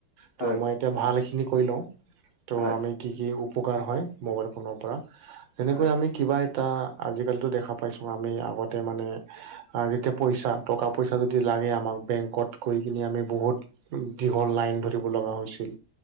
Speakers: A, on the right; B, on the left.
A: তো
B: হয়,
A: মই এতিয়া, ভালখিনি কৰি লওঁ ত'
B: হয়,
A: আমি কি কি উপকাৰ হয় মোবাইল ফোনৰ পৰা। তেনেকৈ
B: হয়,
A: আমি কিবা এটা, আজিকালিতো দেখা পাইছোঁ। আমি আগতে মানে যেতিয়া পইচা, টকা পইচা যদি লাগে আমাক বেংকত গৈ কিনি আমি বহুত দীঘল লাইন ধৰিব লগা হৈছিল,